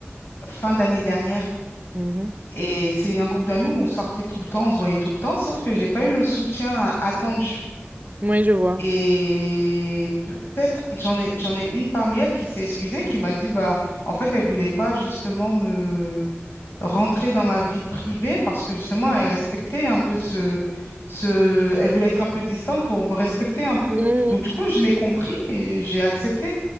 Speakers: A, on the left (about 70°); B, on the right (about 40°).
A: fin d'année dernière.
B: Mhm.
A: Et c'est un groupe d'amis où on sortait tout le temps, on se voyait tout le temps, sauf que j'ai pas eu le soutien a- attendu.
B: Oui, je vois.
A: Et peut-être j'en ai j'en ai une parmi elles qui s'est excusée, qui m'a dit bah en fait elle voulait pas justement me rentrer dans ma vie privée parce que justement elle respectait un peu ce ce elle voulait être un peu distante pour me respecter un peu.
B: Mhm.
A: Donc du coup je l'ai compris et j'ai accepté.